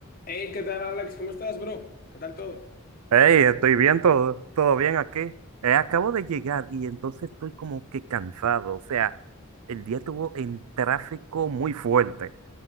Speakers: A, on the left (about 40°); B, on the right (about 85°).
A: Hey, ¿qué tal, Alex? ¿Cómo estás, bro? ¿Qué tal todo?
B: Hey, estoy bien, todo, todo bien aquí. Eh, acabo de llegar y entonces estoy como que cansado. O sea, el día estuvo en tráfico muy fuerte.